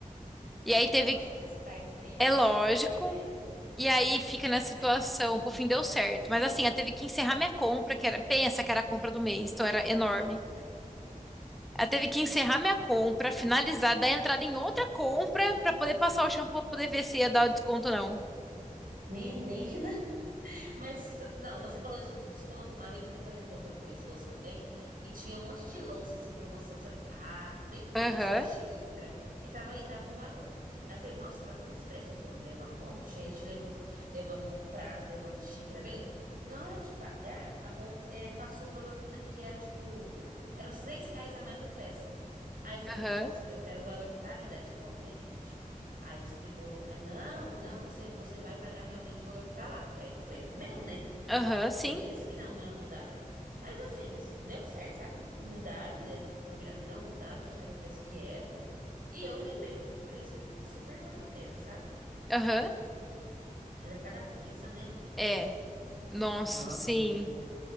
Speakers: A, on the right; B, in the centre.
A: É,
B: E
A: mas
B: aí teve,
A: lógico, né? Se tá escrito,
B: é
A: a gente
B: lógico,
A: quer, né?
B: e aí fica
A: Tá
B: nessa
A: certa.
B: situação, por fim deu certo. Mas assim, ela teve que encerrar minha compra, que era, pensa que era a compra do mês, então era enorme. Ela teve que encerrar minha compra, finalizar, dar entrada em outra compra pra poder passar o shampoo pra poder ver se ia dar o desconto ou não.
A: Menina, <laughs> mas não, você falou desse desconto. Uma vez eu fui fazer compra com meu esposo também e tinha um monte de louça assim, promoção, sabe? Prato, bem bonito,
B: Aham,
A: assim, xícara, e tava, e tava um valor. Aí eu falei, nossa, tá bom esse preço, vamos levar um monte. Aí a gente levou, levamos um prato, levamos xícara, beleza. Na hora de pagar, a mo- é, passou o valor que, na- que era tipo. Eram seis reais a mais por peça. Aí eu falei,
B: aham,
A: moça, eu quero o valor que tá ali. Daí chamou o gerente. Aí explicou. Aí, não, não, você, você vai pagar realmente o valor que tá lá. Porque aí não foi erro meu, né?
B: aham, sim,
A: Foi eles que não, não mudaram. Mas assim, sim, deu certo, sabe? Mudaram, né? ou melhor, não mudaram, deixaram o preço que era. E eu levei o preço que super valeu a pena, sabe?
B: aham,
A: Mas é cada coisa, né?
B: é. Nossa,
A: Nossa,
B: sim,
A: menina.